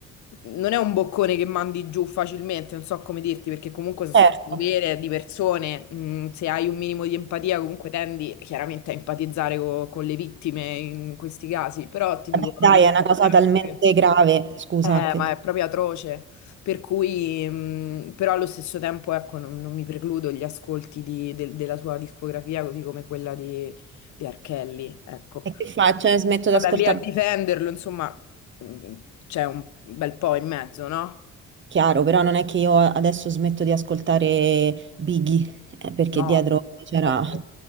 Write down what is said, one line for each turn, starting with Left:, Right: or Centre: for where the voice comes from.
Left: non è un boccone che mandi giù facilmente, non so come dirti, perché comunque sono
Right: Certo,
Left: storie vere di persone, mm, se hai un minimo di empatia comunque tendi chiaramente a empatizzare co- con le vittime in questi casi, però ti
Right: Vabbè,
Left: dico... allo
Right: dai, è una cosa talmente
Left: sì.
Right: grave, scusa,
Left: Eh,
Right: che,
Left: ma è proprio atroce, per cui, mh, però allo stesso tempo, ecco, non, non mi precludo gli ascolti di- del- della sua discografia, così come quella di, di Archelli, ecco.
Right: e che faccio? Smetto
Left: Poi
Right: di ascoltare
Left: da lì a difenderlo, insomma, mh, c'è un bel po' in mezzo, no?
Right: Chiaro, però non è che io adesso smetto di ascoltare Biggie, eh, perché
Left: No,
Right: dietro c'era
Left: ovvio.